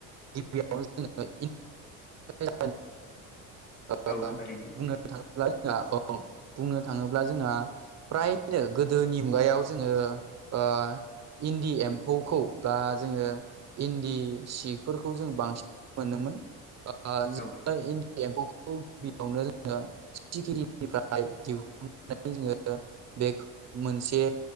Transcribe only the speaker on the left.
औ थारैनो
औ